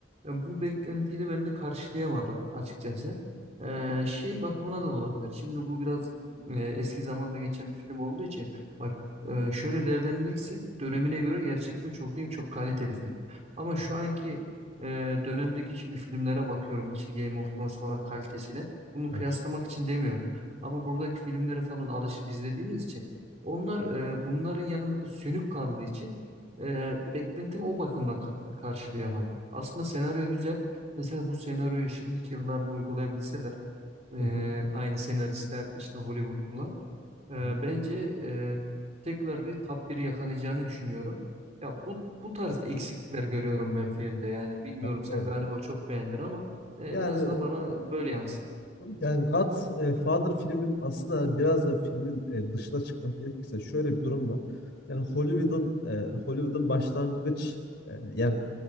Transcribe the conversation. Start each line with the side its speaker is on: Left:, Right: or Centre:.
Right: e, bu beklentiyi de bende karşılayamadı açıkçası. Ee, şey bakımına da olabilir. Şimdi bu biraz e, eski zamanda geçen bir film olduğu için bak e, şöyle değerlendirirsek dönemine göre gerçekten çok iyi, çok kaliteli film. Ama
Left: hı
Right: şu
Left: hı.
Right: anki e, dönemdeki şimdi filmlere bakıyorum işte Game of Thrones falan kalitesiyle. Bunu
Left: Evet.
Right: kıyaslamak için demiyorum. Ama buradaki filmleri falan alışıp izlediğimiz için onlar e, bunların yanında da sönük kaldığı için e, beklentimi o bakımdan ka- karşılayamadı. Aslında senaryo güzel. Mesela bu senaryoyu şimdiki yıllarda uygulayabilseler ee,
Left: Hı hı.
Right: aynı senaristler işte Hollywoodlular. Ee,
Left: Hı.
Right: bence e, tekrar bir top 1'i yakalayacağını düşünüyorum. Ya bu bu tarz eksikler görüyorum ben filmde. Yani bilmiyorum
Left: Ya
Right: sen
Left: doğru.
Right: galiba çok beğendin ama e, en
Left: Yani
Right: azından bana böyle yansıdı.
Left: yani God e, Father filmin aslında hani biraz da filmin e, dışına çıkmak gerekirse şöyle bir durum var. Yani Hollywood'un e, Hollywood'un başlangıç e, yani